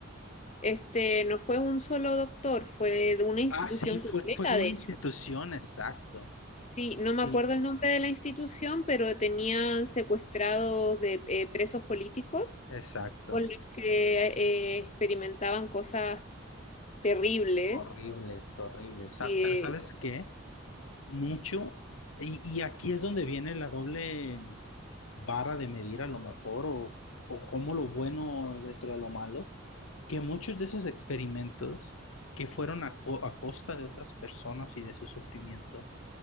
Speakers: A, on the left (about 35°); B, on the left (about 80°).
A: este, no fue un solo doctor, fue de una institución
B: ah, sí, fue,
A: completa,
B: fue con
A: de
B: una
A: hecho.
B: institución, exacto.
A: Sí, no
B: Sí,
A: me acuerdo el nombre de la institución, pero tenían secuestrados de eh, presos políticos
B: exacto.
A: con los que eh, experimentaban cosas terribles.
B: Horribles, horribles.
A: Que,
B: Sa- Pero ¿sabes qué? mucho. Y, y aquí es donde viene la doble vara de medir a lo mejor, o, o como lo bueno dentro de lo malo, que muchos de esos experimentos que fueron a, co- a costa de otras personas y de su sufrimiento,